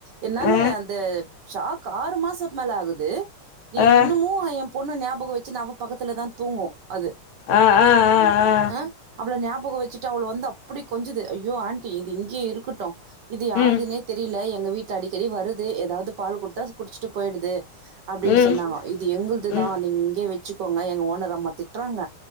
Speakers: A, on the right (about 60°); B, on the left (about 75°).
A: என்னால
B: ஆ
A: அந்த ஷாக் ஆறு மாசோ மேலே ஆகுது நீ
B: ஆ
A: இன்னுமு எ பொண்ணு ஞாபக வெச்சுனு அவ பக்கத்துலதா தூங்கு அது
B: ஆ ஆ ஆ ஆ
A: ஆ அவள ஞாபகோ வெச்சுட்டு அவ்ள வந்து அப்டி கொஞ்சுது ஐயோ ஆண்டி இது இங்கயே இருக்கட்டு இது யாருதுனே
B: ம்
A: தெரில எங்க வீட்டு அடிக்கடி வருது எதாவ்து பால் குடுத்தா குடிச்சுட்டு போய்டுது அப்டின்
B: ம்
A: சொன்னாங்கோ இது எங்குள்துதா
B: ம்
A: நீங் இங்கே வெச்சுக்கோங்க எங்க ஓனரம்மா திட்றாங்க